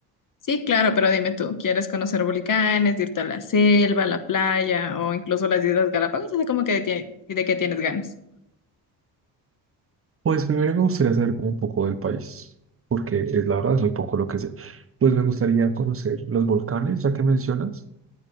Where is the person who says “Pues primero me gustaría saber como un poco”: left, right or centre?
Right